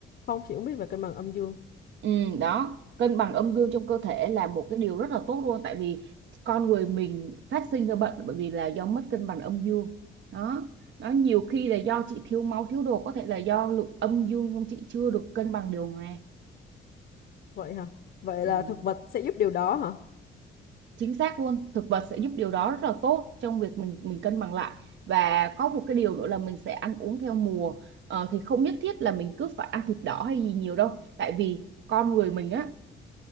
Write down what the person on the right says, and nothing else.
Ừ, đó cân bằng âm dương trong cơ thể là một cái điều rất là tốt luôn tại vì con người mình phát sinh ra bệnh bởi vì là do mất cân bằng âm dương đó nó nhiều khi là do chị thiếu máu thiếu đồ có thể là do lượng âm dương trong chị chưa được cân bằng điều hòa
ừ,
chính xác luôn thực vật sẽ giúp điều đó rất là tốt trong việc mình mình cân bằng lại và có một cái điều nữa là mình sẽ ăn uống theo mùa ờ, thì không nhất thiết là mình cứ phải ăn thịt đỏ hay gì nhiều đâu tại vì con người mình á